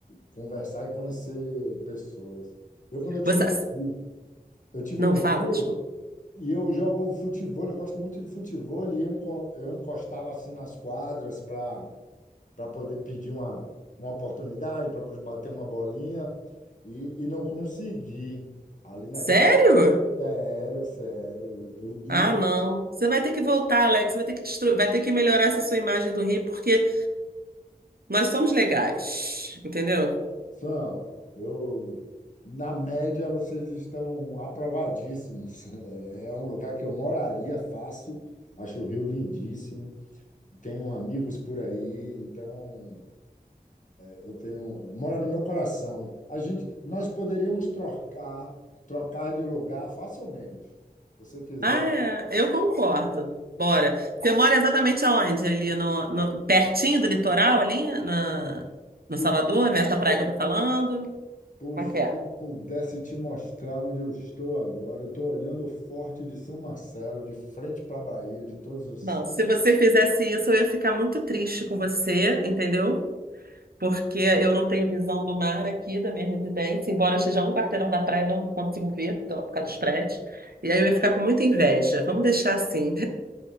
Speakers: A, on the left (about 55°); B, on the right (about 75°).
A: conversar e conhecer pessoas. Eu, quando eu tive
B: Você
A: no Rio, eu tive
B: não
A: no
B: fala,
A: Rio
B: desculpa.
A: E eu jogo futevôlei, eu gosto muito de futevôlei, e eu enco- eu encostava assim nas quadras para para poder pedir uma, uma oportunidade, para bater uma bolinha, e, e não consegui. Ali naquela.
B: Sério?
A: Sério, sério. Eu, e,
B: Ah, não. Você vai ter que voltar, Alex, vai ter que destru... vai ter que melhorar essa sua imagem do Rio, porque nós somos legais, entendeu?
A: Sam, eu, na média, vocês estão aprovadíssimos. <laughs> É um lugar que eu moraria fácil, acho o Rio lindíssimo, tenho amigos por aí, então. Eu tenho, mora no meu coração. A gente, nós poderíamos trocar, trocar de lugar facilmente. Se você quiser,
B: Ah, é, eu concordo. Bora. Você mora exatamente aonde? Ali no, no- pertinho do litoral, ali na, no
A: pu-
B: Salvador, nessa praia que eu tô falando?
A: pu-
B: Como
A: se
B: é que é?
A: pudesse te mostrar onde eu estou agora. Eu estou olhando o Forte de São Marcelo, de frente para a Bahia, de todos os
B: Não,
A: céus.
B: se você fizesse isso, eu ia ficar muito triste com você, entendeu? Porque eu não tenho visão do mar aqui da minha residência, embora eu esteja a um quarteirão da praia, eu não consigo ver tô- por causa dos prédios. E aí eu ia ficar com muita inveja. Vamos deixar assim.